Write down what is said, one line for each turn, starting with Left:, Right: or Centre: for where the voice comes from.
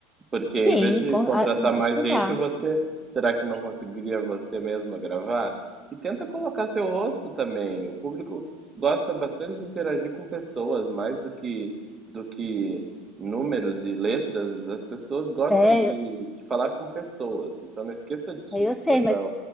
Right: Porque em
Centre: Sim,
Right: vez de
Centre: com-
Right: contratar
Centre: a-
Right: mais
Centre: acho que
Right: gente,
Centre: dá.
Right: você, será que não conseguiria você mesma gravar? E tenta colocar seu rosto também. O público gosta bastante de interagir com pessoas, mais do que do que números e letras. As pessoas gostam
Centre: É,
Right: de,
Centre: eu,
Right: de falar com pessoas. Então não esqueça disso,
Centre: é, eu sei,
Right: dessa
Centre: mas